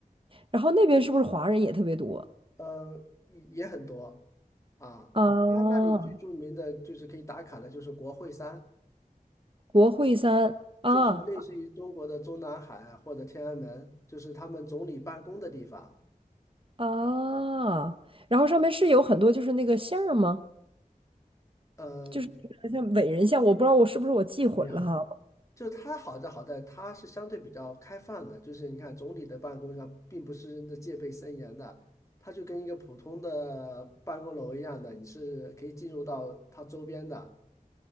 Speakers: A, on the right; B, on the left.
A: 然后那边是不是华人也特别多
B: 嗯，也也很多啊。
A: 啊？
B: 它那里最著名的就是可以打卡的，就是国会山，
A: 国会山啊
B: 就是类似于中国的中南海或者天安门，就是他们总理办公的地方。
A: 啊，然后上面是有很多就是那个像儿吗？
B: 嗯，
A: 就是那个像伟人像，我不知道我是不是我记混了哈。
B: 没有很，就它好在好在它是相对比较开放的，就是你看总理的办公上并不是真的戒备森严的，它就跟一个普通的办公楼一样的，你是可以进入到它周边的。